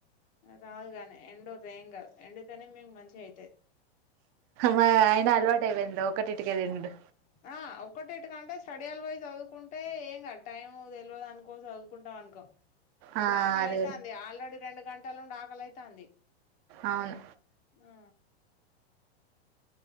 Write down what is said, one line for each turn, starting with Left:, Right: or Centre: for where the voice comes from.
Left: రాదుగాని ఎండుర్రి ఎం కాదు ఎండుతనే మేము మంచిగా అయితది
Right: మ అయిన అలవాట అయిపోయింది ఒక్కటీంటికే తినుడు
Left: ఆ ఒక్కటీంటికంటే స్టడీ అల్ పోయ్ చదువుకుంటే ఏం కదు టైమ్ తెలియదు అనుకో చదువుకుంటాం అనుకో ఇప్పుడు
Right: ఆ
Left: ఆకలి
Right: అది
Left: అైతంది ఆల్రెడీ రెండు గంటల నుండి ఆకలై తంది
Right: అవును
Left: ఆ